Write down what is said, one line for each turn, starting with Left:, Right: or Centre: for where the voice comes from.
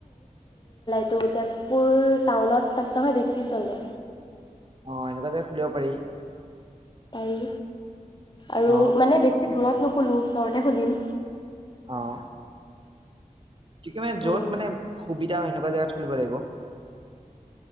Left: তটো তে <unintelligible> কাপোৰ টাউনত তাত তোমাৰ বেছি চলে।
Right: অ এনেকুৱা জেগাত খুলিব পাৰি
Left: পাৰি আৰু
Right: অ
Left: মানে বেছি দূৰত। নো খুলো ওচৰতে খুলিম।
Right: অঁ। কি মানে
Left: উম
Right: য'ত মানে সুবিধা হয়, সেনেকুৱা জেগাত খুলিব লাগিব।